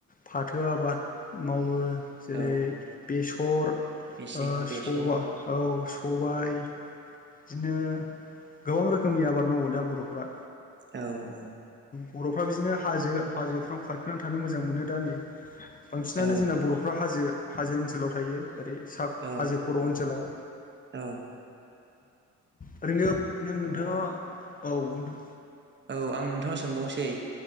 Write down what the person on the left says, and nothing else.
फाथो आबाद मावो जेरै
सर ओ
सबा औ सबाय बिदिनो गोबां रोखोमनि आबाद मावो दा बर'फ्रा।
बर'फ्रा बिदिनो हाजो हाजोफ्राव खारखोना थानो मोजां मोनो दा नै बांसिनानो
जोंना बर'फ्रा हाजो हाजो ओनसोलाव थायो। ओरै सा
हाजो खर' ओनसोलाव।
ओरैनो नों नोंथाङा औ नोंथां